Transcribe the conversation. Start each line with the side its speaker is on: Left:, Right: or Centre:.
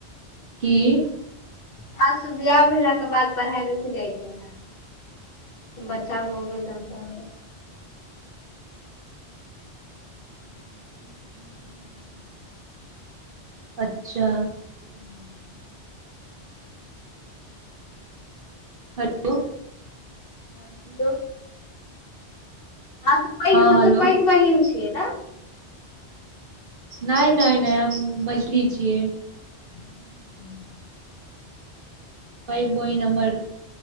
Right: की
Left: खास बियाह भेलाके बाद पढ़ाइ रुकि जाइ छै ने बच्चा भऽ गेल तहन त औरो <inaudible>
Right: अच्छा
Left: हूँ
Right: हेलो
Left: हँ किदो अहाँ पैघ
Right: हँ
Left: सबसे
Right: हेलो
Left: पैघ बहिन छियै ने
Right: नहि नहि नहि हम मझली छियै
Left: <inaudible>
Right: पैघ बहिन हमर